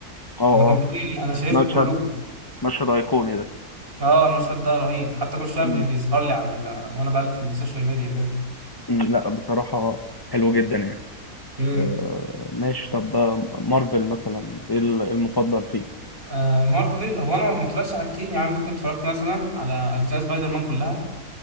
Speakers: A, on the left; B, on the right.
A: اه اه
B: لما كان بيقول لي انا شايفكم
A: مشهد
B: كلكم
A: مشهد ايقوني ده
B: اه المشهد ده رهيب حتى كل شويه
A: مم.
B: بي- بيظهر لي على وانا بقلب في السوشيال ميديا كده
A: مم. لا بصراحه حلو جدا يعني
B: امم
A: آه، ماشي طب آه، مارفل مثلا ايه ال- المفضل فيه
B: آه مارفل هو انا ما اتفرجتش على كتير يعني ممكن اتفرجت مثلا على اجزاء سبايدر مان كلها